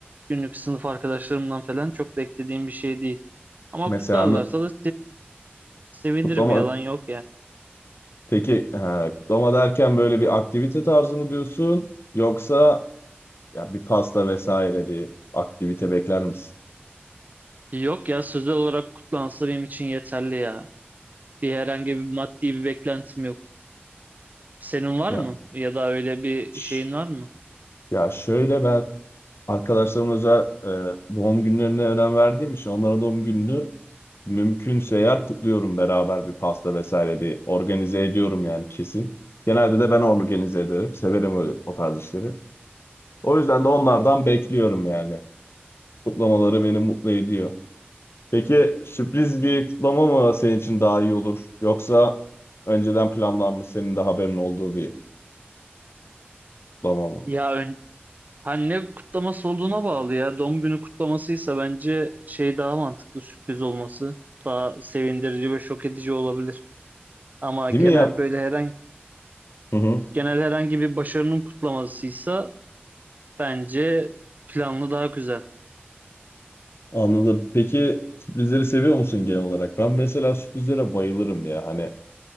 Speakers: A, on the right; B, on the left.
A: Günlük sınıf arkadaşlarımdan falan çok beklediğim bir şey değil. Ama
B: Mesela
A: kutlarlarsa
B: n-
A: da Sevinirim
B: kutlama
A: yalan yok ya.
B: peki e, kutlama derken böyle bir aktivite tarzı mı diyorsun? Yoksa ya bir pasta vesaire bir aktivite bekler misin?
A: Yok ya sözel olarak kutlansa benim için yeterli ya. Bir herhangi bir maddi bir beklentim yok. Senin var
B: Ya
A: mı? Ya da öyle bir
B: ş-
A: şeyin var mı?
B: ya şöyle ben arkadaşlarım özel e, doğum günlerine önem verdiğim için onların doğum gününü Mümkünse eğer kutluyorum beraber bir pasta vesaire bir organize ediyorum yani kesin. Genelde de ben organize ederim. Severim o, o tarz işleri. O yüzden de onlardan bekliyorum yani. Kutlamaları beni mutlu ediyor. Peki sürpriz bir kutlama mı senin için daha iyi olur? Yoksa önceden planlanmış senin de haberin olduğu bir kutlama mı?
A: Ya ön... ha, ne kutlaması olduğuna bağlı ya. Doğum günü kutlamasıysa bence şey daha mantıklı sürpriz olması. Daha sevindirici ve şok edici olabilir. Ama
B: Değil
A: genel
B: mi ya?
A: böyle herhangi
B: Hı hı.
A: genel herhangi bir başarının kutlamasıysa bence planlı daha güzel.
B: Anladım. Peki sürprizleri seviyor musun genel olarak? Ben mesela sürprizlere bayılırım ya. Hani